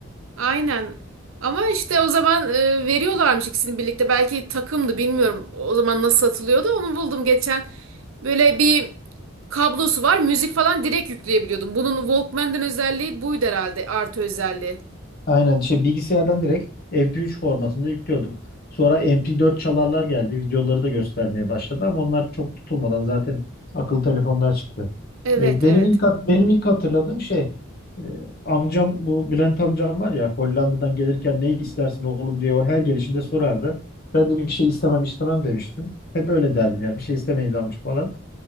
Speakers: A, on the right; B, on the left.
A: Aynen. Ama işte o zaman e, veriyorlarmış ikisini birlikte. Belki takımdı bilmiyorum. O zaman nasıl satılıyordu. Onu buldum geçen. Böyle bir kablosu var. Müzik falan direkt yükleyebiliyordum. Bunun Walkman'den özelliği buydu herhalde. Artı özelliği.
B: Aynen şey bilgisayardan direkt MP3 formatında yüklüyorduk. Sonra MP4 çalarlar geldi. Videoları da göstermeye başladı ama onlar çok tutulmadan zaten akıllı telefonlar çıktı.
A: Evet,
B: Ee, Benim
A: evet.
B: ilk hat- benim ilk hatırladığım şey e, amcam bu Bülent amcam var ya Hollanda'dan gelirken ne istersin oğlum diye o her gelişinde sorardı. Ben de bir şey istemem istemem demiştim. Hep öyle derdim yani bir şey istemeyiz amca falan.